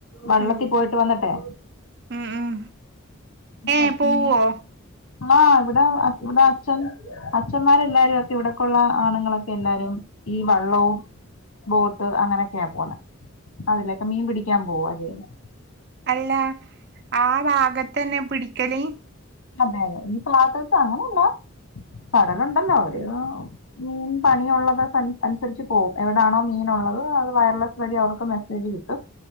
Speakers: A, on the left; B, on the right.
A: വെള്ളത്തിൽ
B: ഉം
A: പോയിട്ട് വന്നിട്ടെ
B: ഉം ഉം ഏ
A: അച്ഛന്
B: പോവോ
A: ആഹ് ഇവിടെ ഇവിടെ അച്ഛൻ അച്ന്മാരെല്ലാരും ഒക്കെ ഇവിടക്കുള്ള ആണുങ്ങളൊക്കെ എല്ലാരും ഈ വള്ളവും ബോട്ട് അങ്ങനെയൊക്കെയാ പോണെ അതിലൊക്കെ മീൻ പിടിക്കാൻ പോവ ചെയ്യണേ
B: അല്ല ആഹ് ഭാഗത്തന്നെ പിടിക്കല്
A: അതെ അതെ ഈ ഭാഗത്ത് അങ്ങനെയല്ല കടലുണ്ടല്ലോ ഒരുര് മീൻ പണിയുള്ളത് അനുസരിച്ച് പോകും എവിടാണോ മീൻ ഉള്ളത് അത് വയർലെസ് വഴി അവർക്ക് ഗതി കിട്ടും